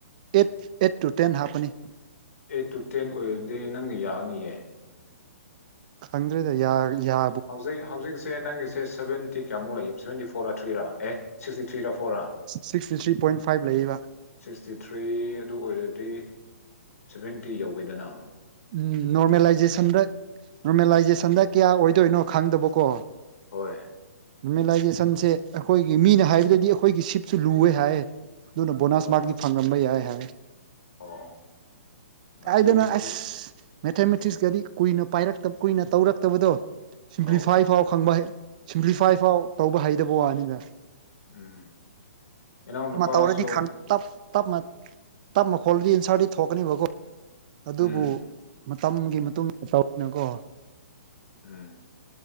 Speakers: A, on the right; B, on the left.
A: ꯑꯩꯠ ꯑꯦꯠ ꯇꯨ ꯇꯦꯟ ꯍꯥꯞꯄꯅꯤ
B: ꯑꯩꯠ ꯇꯨ ꯇꯦꯟ ꯑꯣꯏꯔꯗꯤ ꯅꯪꯒ ꯌꯥꯔꯅꯤꯌꯦ
A: ꯈꯪꯗ꯭ꯔꯦꯗ ꯌꯥ ꯌꯥ
B: ꯍꯧꯖꯤꯛ ꯍꯧꯖꯤꯛꯁꯦ ꯅꯪꯒꯤꯁꯦ ꯁꯕꯦꯟꯇꯤ ꯀꯌꯥꯃꯨꯛ ꯂꯩꯌ‌ꯦꯕ ꯁꯕ‌ꯦꯟꯇꯤ ꯐꯣ ꯐꯣꯔꯥ ꯊ꯭ꯔꯤꯔ ꯑꯦ ꯁꯤꯛꯁꯇꯤ ꯊ꯭ꯔꯤꯔꯥ ꯐꯣꯔꯥ
A: ꯁꯤꯛꯁꯇꯤ ꯊ꯭ꯔꯤ ꯄꯣꯏꯟ ꯐꯥꯏꯚ ꯂꯩꯌꯦꯕ
B: ꯁꯤꯛꯁꯇꯤ ꯊ꯭ꯔꯤ ꯑꯗꯨ ꯑꯣꯏꯔꯗꯤ ꯁꯚꯦꯟꯇꯤ ꯌꯧꯋ‌ꯦꯗꯅ
A: ꯎꯝ ꯅꯣꯔꯃꯦꯂꯥꯏꯖꯦꯁꯟꯗ ꯅꯣꯔꯃꯦꯂꯥꯏꯖꯦꯁꯟꯗ ꯀꯌꯥ ꯑꯣꯏꯗꯣꯏꯅꯣ ꯈꯪꯗꯕꯀꯣ
B: ꯍꯣꯏ
A: ꯅ‌ꯣꯔꯃ‌ꯦꯂꯥꯏꯖꯦꯁꯟꯁꯦ ꯑꯩꯈꯣꯏꯒꯤ ꯃꯤꯅ ꯍꯥꯏꯕꯗꯗꯤ ꯑꯩꯈꯣꯏꯒꯤ ꯁꯤꯠꯁꯨ ꯂꯨꯋꯦ ꯍꯥꯏꯌꯦ ꯅꯗꯨꯅ ꯕꯣꯅꯥꯁ
B: ꯍꯣꯏ
A: ꯃꯥꯛꯗꯤ
B: ꯍꯣꯏ
A: ꯐꯪꯉꯝꯕ ꯌꯥꯏ ꯍꯥꯏꯌ‌ꯦ
B: ꯑꯣ ꯑꯣ
A: ꯀꯥꯏꯗꯅ‌ꯣ
B: ꯑꯗꯨꯗꯤ
A: ꯑꯁ ꯃꯦꯊꯃꯦꯇꯤꯁꯀꯗꯤ ꯀꯨꯏꯅ ꯄꯥꯏꯔꯛꯇꯕ ꯀꯨꯏꯅ ꯇꯧꯔꯛꯇꯕꯗꯣ ꯁꯤꯝꯄ꯭ꯂꯤꯐꯥꯏ
B: ꯑꯧ
A: ꯐꯥꯎ ꯈꯪꯕ ꯑꯩ ꯁꯤꯝꯄ꯭ꯂꯤꯐꯥꯏ ꯐꯥꯎ ꯇꯧꯕ ꯍꯩꯗꯕ ꯋꯥꯅꯤꯅ
B: ꯎꯝ ꯏꯅꯥꯎ ꯅꯨꯄꯥꯁꯨ
A: ꯇꯧꯔꯗꯤ ꯈꯪ ꯇꯞ ꯇꯞꯅ ꯇꯞꯅ ꯍ‌ꯣꯠꯂꯗꯤ ꯑꯦꯟꯁ꯭ꯔꯗꯤ ꯊꯣꯛꯀꯅꯦꯕꯀꯣ ꯑꯗꯨꯕꯨ
B: ꯎꯝ
A: ꯃꯇꯝꯒꯤ ꯃꯇꯨꯡ‌ ꯇꯧꯕꯅ‌ꯦꯀꯣ
B: ꯎꯝ